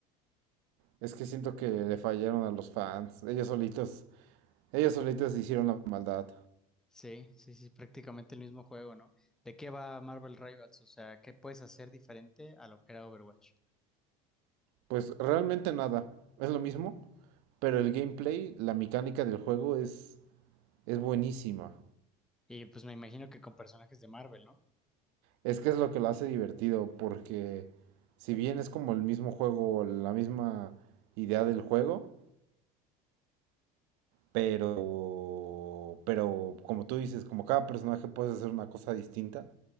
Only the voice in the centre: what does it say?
Sí, sí, sí, prácticamente el mismo juego, ¿no? ¿De qué va Marvel Rivals? O sea, ¿qué puedes hacer diferente a lo que era Overwatch?
Y pues me imagino que con personajes de Marvel, ¿no?